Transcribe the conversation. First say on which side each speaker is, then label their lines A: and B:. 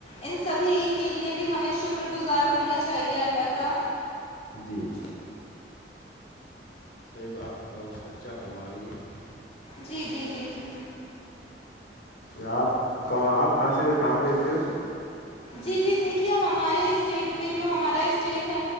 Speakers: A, on the left; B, on the left.
A: ان سبھی کے لیے بھی ہمیں شکر گزار ہونا چاہیے اللہ کا
B: جی دیکھو آپ بہت اچھا فرما رہی ہیں
A: جی جی جی جی
B: جب آپ کہاں آپ کہاں سے کہاں پہ رہتی ہو
A: جی جی دیکھیے ہمارے اسٹیٹ میں جو ہمارا اسٹیٹ ہے